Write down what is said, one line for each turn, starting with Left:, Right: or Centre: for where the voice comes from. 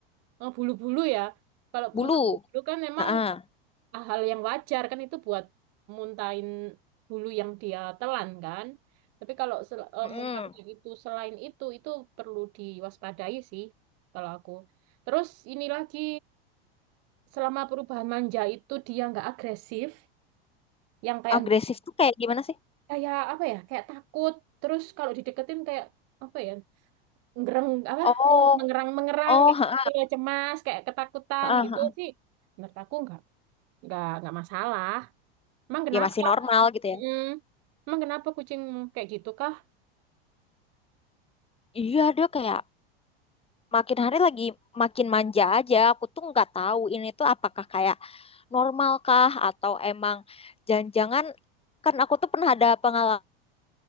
Right: Eh, bulu-bulu ya. Kalau
Left: Bulu.
Right: muntah bulu-bulu kan memang
Left: Heeh.
Right: hal yang wajar kan itu buat muntahin bulu yang dia telan kan. Tapi kalau sel- eh,
Left: Mm-mm.
Right: muntahnya itu selain itu itu perlu diwaspadai sih kalau aku. Terus ini lagi selama perubahan manja itu dia nggak agresif, yang kayak
Left: Agresif tuh kayak gimana sih?
Right: kayak apa ya kayak takut terus kalau dideketin kayak apa ya ngereng apa
Left: Oh,
Right: mengerang mengerang
Left: oh,
Right: kayak
Left: heeh,
Right: gitu kayak cemas kayak ketakutan
Left: heeh,
Right: gitu
Left: heeh.
Right: sih menurut aku nggak nggak nggak masalah emang kenapa
Left: Ya masih normal gitu ya.
Right: Mm. emang kenapa kucing kayak gitu kah
Left: Iya dia kayak makin hari lagi makin manja aja. Aku tuh nggak tahu ini tuh apakah kayak normalkah atau emang jangan-jangan kan aku tuh pernah ada pengalaman